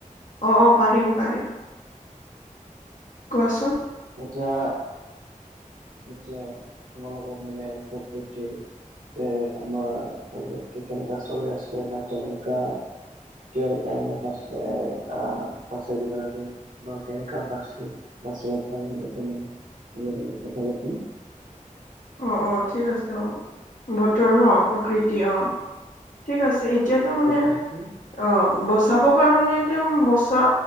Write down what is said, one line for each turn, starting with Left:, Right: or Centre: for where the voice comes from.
Left: অ অ পাৰিম পাৰিম। কোৱাচোন
Right: এতিয়া আচ্ছা, তোমালোকক মানে প্ৰকৃতিৰ যে আমাৰ <unintelligible> কেনেকা চলি আছে বা কেনেকা কে কাৰণে বাছ এ আ <unintelligible> কেনেকা বাছ <unintelligible> <unintelligible> কথা পাতিম।
Left: অ, অ, ঠিক আছে হ'ব, বতৰ ন'প্ৰকৃতি অ, ঠিক আছে ই এতিয়াতো মানে
Right: প্ৰকৃতি
Left: অ, বচাবৰ কাৰণে তেওঁ বচা